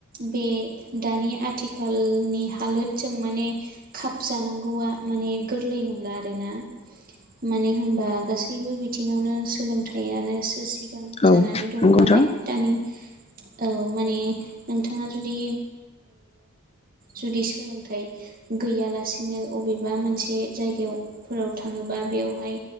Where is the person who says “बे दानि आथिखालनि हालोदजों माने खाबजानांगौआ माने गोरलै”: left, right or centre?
Right